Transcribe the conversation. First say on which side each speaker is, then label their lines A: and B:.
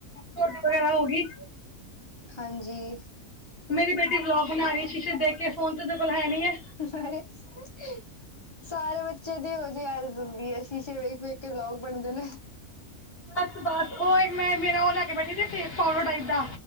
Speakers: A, on the left; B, on the left.
A: ਤੁਹਾਡੀ <unintelligible> ਹੋਗੀਈ
B: ਹਾਂਜੀ
A: ਮੇਰੀ ਬੇਟੀ ਵਲੋਗ ਬਣਾ ਰਹੀ ਸ਼ੀਸ਼ੇ ਦੇਖ ਕੇ ਫੋਨ ਤੇ ਉਹਦੇ ਕੋਲ ਹੈ ਨੀ ਹੈ,
B: ਸਾਰੇ ਸੂਟ ਸਾਰੇ ਬੱਚੇ ਤੇ ਇਹੋ ਜਿਹੇ ਆ ਜਾਂਦੀ ਹੈ ਸ਼ੀਸ਼ੇ ਵੇਖ ਵੇਖ ਕੇ ਵਲੋਗ ਬਣਦੇ ਨੇ,
A: ਬਸ ਬਸ ਉਹ ਇੱਕ ਮੈਂ ਮੇਰਾ ਉਹ ਲੈ ਕੇ ਬੈਠੀ ਸੀੇ ਫੇਸ ਫਾਰਵਰਡ ਟਾਈਪ ਦਾ